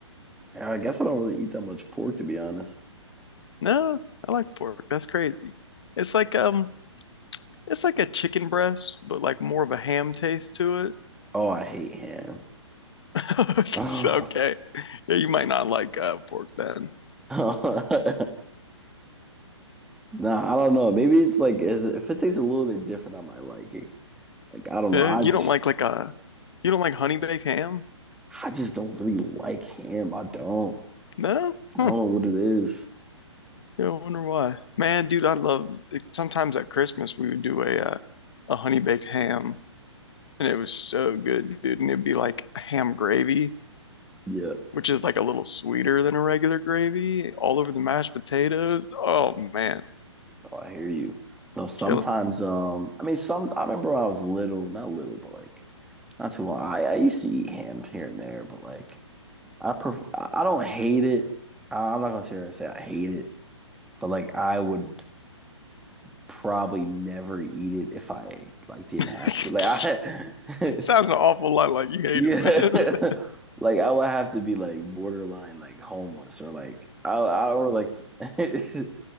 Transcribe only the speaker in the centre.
I guess I don't really eat that much pork to be honest.
Oh, I hate ham.
<laughs> nah,
I don't know. Maybe it's like is if it tastes a little bit different on my liking. Like I don't
know. I
just
I just don't really like ham. I don't.
I
don't know what it is.
Yeah.
Oh, I hear you. No, sometimes
um I mean some I remember when I was little, not little, but like Not too long. I, I used to eat ham here and there, but like I pref I don't hate it. I, I'm not gonna sit here and say I hate it, but like I would probably never eat it if I like didn't
have to. Like I, <laughs>
yeah,
<laughs>
like I would have to be like borderline like homeless or like I I or like <laughs>